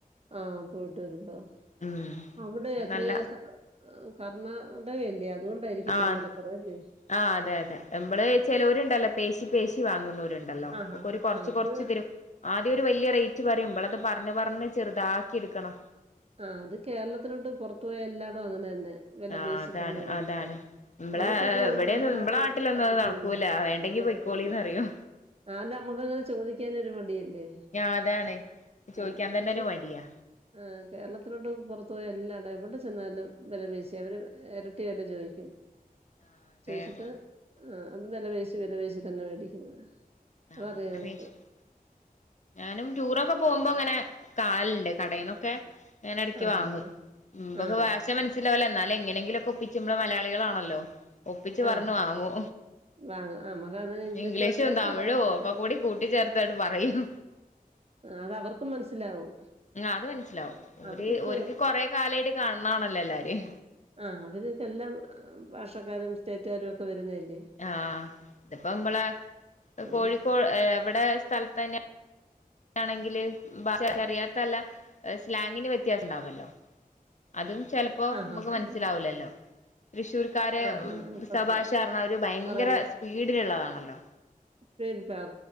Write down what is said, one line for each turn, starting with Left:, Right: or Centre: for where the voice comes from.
Right: ആഹ് പോയിട്ട് വരുമ്പോ
Left: ഉം
Right: അവിടെ എത്ര
Left: നല്ല
Right: ആഹ് കർണാടകയല്ലേ അതുകൊണ്ടായിരിക്കും
Left: ആഹ്
Right: ഇത്രം വിലക്കുറവല്ലേ
Left: ആഹ് അതെ അതെ നമ്മള് ചിലവരുണ്ടല്ലോ പേശി പേശി വാങ്ങുന്നവരുണ്ട് ഉണ്ടല്ലോ
Right: ആഹാഹാ
Left: അപ്പൊ ഒരു കുറച്ച്
Right: അത്
Left: കൊറച്ച് തരും ആദ്യം ഒരു വലിയ റേറ്റ് പറയുമ്പോൾ അത് പറഞ്ഞ് പറഞ്ഞ് ചെറുതാക്കി എടുക്കണം
Right: ആഹ് അത് കേരളത്തിനോട്ട് പുറത്തു പോയ എല്ലാടും അങ്ങനെ തന്നെ വില
Left: ആഹ്
Right: പേശിതന്നെ
Left: അതാണ്
Right: വേടിക്കുന്നത്
Left: അതാണ് നമ്മളെ
Right: നമുക്കൊക്കെ അത്
Left: ഇവിടെയൊന്നും
Right: നമ്മുടെ
Left: നമ്മളെ
Right: നാട്ട
Left: നാട്ടിലൊന്നും
Right: കട്ടിപ്പുന്നുണ്ട്
Left: അത് നടക്കൂല വേണ്ടെങ്കി
Right: അക്കത്തിണ്ട്
Left: പൊയ്ക്കോളിന്ന് പറയും
Right: ആഹ് അല്ല നമ്മക്കങ്ങനെ ചോദിക്കാൻ ഒരു മടിയല്ലേ
Left: ഞാൻ അതാണ് ചോയ്ക്കാൻ
Right: ആഹ്
Left: തന്നെ
Right: പക്ഷെ
Left: ഒരു മടിയാ
Right: ആഹ് കേരളത്തിലോട്ട് പുറത്ത് പോയ എല്ലാംട എവിടെ ചെന്നാലും വില പേശി അവർ ഇരട്ടി വില ചോദിക്കും
Left: ആഹ് അതെ
Right: ചോയിച്ചിട്ട്
Left: അതെ
Right: ആഹ് അത് വില വേശി വിലവേശി തന്നെ മേടിക്കുന്നത്
Left: ആഹ്
Right: അതറിയാം നമുക്ക്
Left: <unintelligible> ഞാനും ടൂറൊക്കെ പോകുമ്പോ അങ്ങനെ കാലുണ്ട് കടയിൽന്നൊക്കെ ങ്ങന ഇടക്ക്
Right: ആഹാ
Left: വാങ്ങും മുമ്പ്
Right: ആഹ്
Left: ഭാഷ എന്നാലും എങ്ങനെങ്കിലൊക്കെ ഒപ്പിച് നമ്മൾ മലയാളികളാണല്ലോ ഒപ്പിച്ച് പറഞ്ഞു
Right: ആഹ്
Left: വാങ്ങോ
Right: വാങ്ങും ആഹ് നമുക്ക് അങ്ങനെ
Left: ഇംഗ്ലീഷും
Right: അത്യാവശ്യം
Left: തമിയും
Right: പറയാൻ
Left: എഴ
Right: പറ്റും
Left: ക്ക കൂടി കൂട്ടിച്ചേർത്തായിട്ട് പറയും
Right: അത് അവർക്കും മനസ്സിലാവും
Left: അത് മനസ്സിലാവും ഒര്
Right: അവർക്ക്
Left: ഒരിക്ക് കൊറെേ കാലമായിട്ട് കാണണാണല്ലോ എല്ലാരും
Right: ആഹ് അവരൊക്കെ എല്ലാ ഭാഷക്കാരും സ്റ്റേറ്റുകാരും ഒക്കെ വരുന്നല്ലേ
Left: ആഹ് ഇതിപ്പോ നമ്മളെ
Right: ഉം
Left: കോഴിക്കോട് എവിടെ സ്ഥലത്ത്ന്നെയ ആണെങ്കില് അറിയാത്തല്ല സ്ലാങ്ങിന് വ്യത്യാസം ഉണ്ടാവല്ലോ. അതും ചിലപ്പോ
Right: ആഹ്
Left: നമുക്ക്
Right: ആഹ്
Left: മനസ്സിലാവൂലല്ലോ തൃശ്ശൂർ ക്കാരെ
Right: ആഹ് ആഹ് ആഹ് സത്യം
Left: സഭാശരണം അവര് ഭയങ്കര
Right: പറയാ
Left: സ്പീഡിലുള്ളതാണല്ലോ?.
Right: സ്പീഡ് പാറ